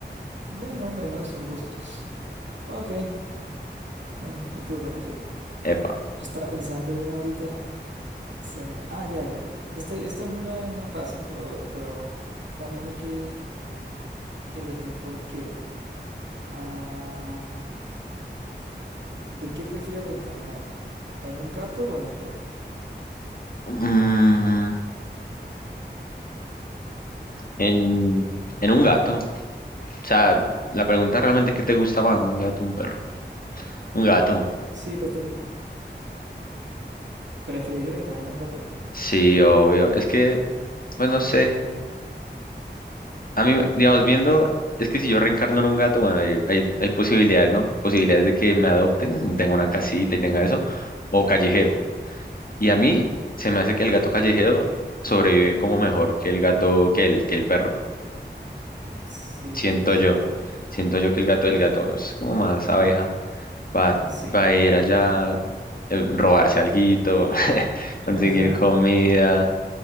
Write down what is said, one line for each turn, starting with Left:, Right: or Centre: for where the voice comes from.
Right: Bueno, bueno, son gustos. Ok. Bueno, mi turno, mi turno.
Left: Epa.
Right: Yo estaba pensando en una ahorita, se me... Ah, ya, ya, ya. Este, esta es una, una fácil, pero, pero también hay que elegir por qué. Ah, ¿en qué prefieres reencarnar? ¿En un gato o en un perro?
Left: Mm, en, en un gato. O sea, la pregunta realmente, ¿qué te gusta más? ¿Un gato o un perro? Un gato.
Right: Sí, pues tiene... preferir reencarnar en un gato?
Left: Sí, obvio. Es que, pues
Right: ¿Por
Left: no sé.
Right: qué? ¿Por qué?
Left: A mí, digamos, viendo, es que si yo reencarno en un gato, bueno, hay, hay, hay posibilidades, ¿no? Posibilidades de que me adopten, tenga una casita y tenga eso, o callejero. Y a mí se me hace que el gato callejero sobrevive como mejor que el gato, que el, que el perro.
Right: sí,
Left: siento
Right: tiene sentido.
Left: yo. Siento yo que el gato del gato es como más abeja. Va,
Right: Más sí.
Left: va a ir allá, eh, robarse alguito, <laughs>
Right: <laughs>
Left: conseguir comida.